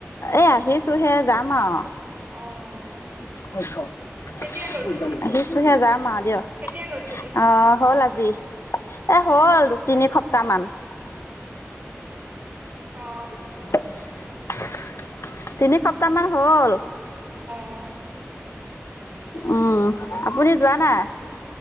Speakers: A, on the left; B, on the right.
A: এ আহিছোহে যাম আৰু
B: অ
A: আহিছো
B: কেতিয়া গৈছিলি
A: হে যাম আৰু দিয়ক
B: কেতিয়া গৈছিলি
A: আহ হ'ল আজি এ হ'ল তিনি সপ্তাহ মান
B: অ
A: <inaudible> তিনি সপ্তাহ মান হল
B: অ
A: উম আপুনি যোৱা নাই